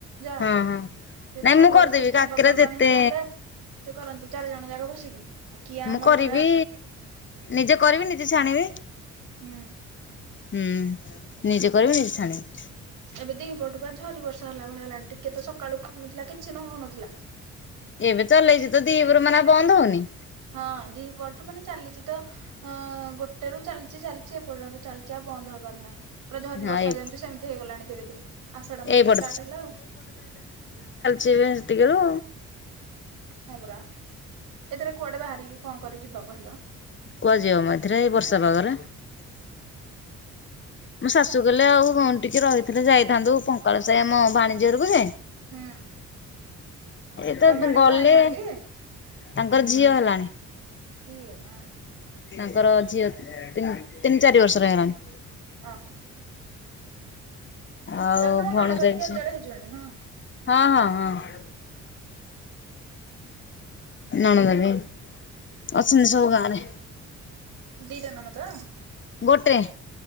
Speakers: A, on the right; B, on the left.
A: ଯା
B: ହଁ
A: ସିଏ
B: ହଁ। ନାଇଁ
A: ତ ସବୁବେଳେ
B: ମୁଁ କରିଦେବି
A: ସବୁ ପର୍ବପର୍ବାଣିୀ
B: କାକେରା ଯେତେ
A: ହେତା ହେଲେ ସେ କରନ୍ତି ଚାରି ଜଣ ଯାକ ବସିକି। ଆଉ କିଏ ଆମର
B: ମୁଁ କରିବି
A: ହେରା
B: ନିଜେ କରିବି ନିଜେ ଛାଣିବି।
A: ହୁଁ
B: ହୁଁ ନିଜେ କରିବି ନିଜେ ଛାଣିବି।
A: ଏବେ ଦିପଟୁ ପୁରା ଝରି ବର୍ଷା ହେଲା ଭଳିଆ ହେଲାଣି ଟିକେ ତ ସକାଳୁ କମିଥିଲା କିଛି ନ ହଉନଥିଲା।
B: ଏବେ ଚଲେଇଚି ତ ଦିପରୁ ମାନେ ବନ୍ଦ ହଉନି।
A: ହଁ ଦି ପରଠୁ ମାନେ ଚାଲିଚି ତ ଅ ଗୋଟେ ରୁ ଚାଲିଚି ଚାଲିଚି ଏପର୍ଯ୍ୟନ୍ତ ଚାଲିଚି ଆଉ। ବନ୍ଦ ହବାର ନାହିଁ। ପୁରା ଝରି
B: ହଁ
A: ବର୍ଷା
B: ଏଇ
A: ଯେମିତି ସେମିତି ହେଇଗଲାଣି ଧୀରେ ଧୀରେ ଆଷାଢ ମାସ
B: ଏଇପଟ
A: ଷ୍ଟାର୍ଟ ହେଲା ଆଉ।
B: ଯିବେ ସେତିକିରୁ।
A: ହଁ ପରା ଏଥରେ କୁଆଡେ ବାହାରିକି କଣ କରି ଯିବା କହିଲ।
B: କୁହାଯିବ ମ ଏଥିରେ ଏଇ ବର୍ଷା ପାଗରେ? ମୋ ଶାଶୁ କହିଲେ ଆଉ ଟିକେ ରହିଥିଲେ ଯାଇଥାନ୍ତୁ ପଙ୍କାଳ ସାହି ସେ ଆମ ଭାଣିଜୀ ଘରକୁ ଯେ।
A: ହୁଁ
B: ଏ
A: ତମ
B: ତ
A: ଭାଣିଜୀ
B: ଗଲେ।
A: ବାହା ହେଇଛନ୍ତି କି?
B: ତାଙ୍କର ଝିଅ ହେଲାଣି।
A: ଏଇଏ ମା।
B: ତାଙ୍କର ଝିଅ ତିନି ତିନି ଚାରି ବର୍ଷର ହେଇଗଲାଣି।
A: ଓହୋ।
B: ଆଉ
A: ତାହେଲେ ତମ
B: ଭଣଜା
A: ନଣନ୍ଦ ଟିକେ ଏଜେଡ
B: ଝିଅ
A: ହେଇଯିବେଣି ନୁହଁ
B: ହଁ ହଁ। ହଁ। ନଣ ଦେ ବି ଅଛନ୍ତି ସବୁ ଗାଁ ରେ।
A: ଦିଟା ନଣଦ।
B: ଗୋଟେ